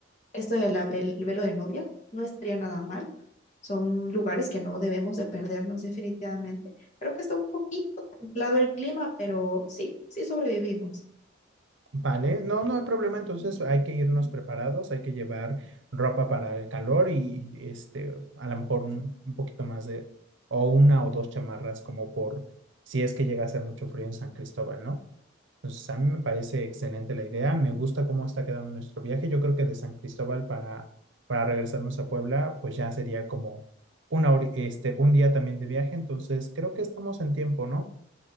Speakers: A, on the left (about 35°); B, on the right (about 65°).
A: esto del velo de novia, no estaría nada mal. Son lugares que no debemos de perdernos definitivamente. Creo que está un poquito templado el clima, pero sí, sí sobrevivimos.
B: Vale, no, no hay problema, entonces hay que irnos preparados, hay que llevar ropa para el calor y este, a lo mejor un, un poquito más de, o una o dos chamarras como por si es que llega a hacer mucho frío en San Cristóbal, ¿no? Entonces a mí me parece excelente la idea, me gusta cómo está quedando nuestro viaje, yo creo que de San Cristóbal para, para regresarnos a Puebla, pues ya sería como una hori- este, un día también de viaje, entonces creo que estamos en tiempo, ¿no?